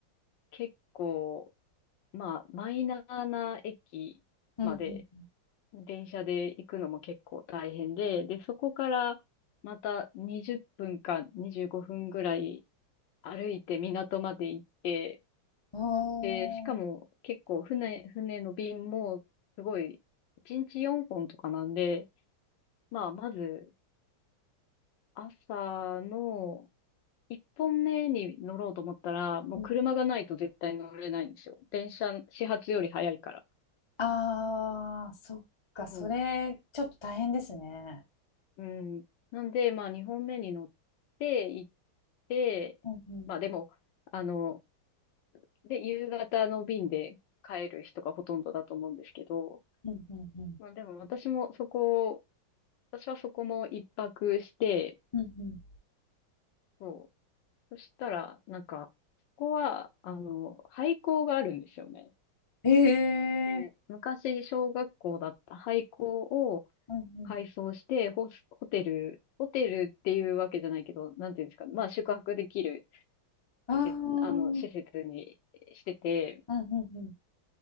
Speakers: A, on the left; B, on the left.
A: 結構、まあ、マイナーな駅まで、
B: うん
A: 電車で行くのも結構大変で、で、そこからまた20分か25分ぐらい歩いて港まで行って、
B: うん、
A: で、しかも結構船、
B: おー、
A: 船の便もすごい、1日4本とかなんで、まあ、まず朝の、一本目に乗ろうと思ったら、もう車がないと絶対乗れないんですよ。
B: うん
A: 電車、始発より早いから。
B: あー、そっか、それちょっと大変ですね。
A: そう。うん。なんで、まあ二本目に乗って行って、
B: うんうん
A: まあでも、あの、で、夕方の便で帰る人がほとんどだと思うんですけど、
B: うんうんうん
A: まあでも私もそこ、私はそこも一泊して、
B: うんう
A: そう。そしたら、なんか、ここは、あの、廃校があるんですよね。
B: ん。へえ
A: ね、昔、小学校だった廃校を
B: うんう
A: 改装して、ホス、ホテル、ホテルっていうわけじゃないけど、なんていうんですかね。まあ、宿泊できる施設、
B: んあー、
A: あの、
B: うん
A: 施設にしてて、
B: うんうん